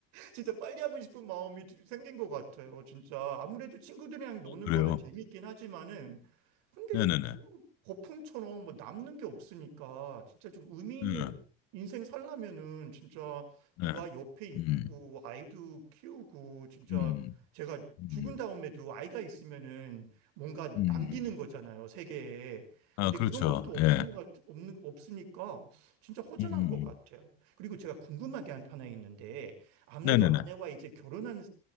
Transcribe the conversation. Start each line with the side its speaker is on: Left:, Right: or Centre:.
Right: 진짜 빨리 하고 싶은 마음이 생긴 것 같아요. 진짜 아무래도 친구들이랑 노는
Left: 어, 그래요.
Right: 거는 재밌긴 하지만은 근데
Left: 네네네.
Right: 그냥 거품처럼 뭐 남는 게 없으니까 진짜 좀 의미 있는
Left: 네.
Right: 인생 살려면은 진짜
Left: 네.
Right: 누가 옆에 있고
Left: 음.
Right: 아이도 키우고 진짜
Left: 음.
Right: 제가
Left: 음.
Right: 죽은 다음에도 아이가 있으면은 뭔가
Left: 음.
Right: 남기는 거잖아요, 세계에.
Left: 아,
Right: 근데
Left: 그렇죠.
Right: 그런 것도 없은
Left: 예.
Right: 것 같, 없는, 없으니까 진짜 허전한
Left: 음. 음.
Right: 것 같아요.
Left: 음.
Right: 그리고 제가 궁금한 게 한- 하나 있는데 아무래도
Left: 네네네.
Right: 아내와 이제 결혼한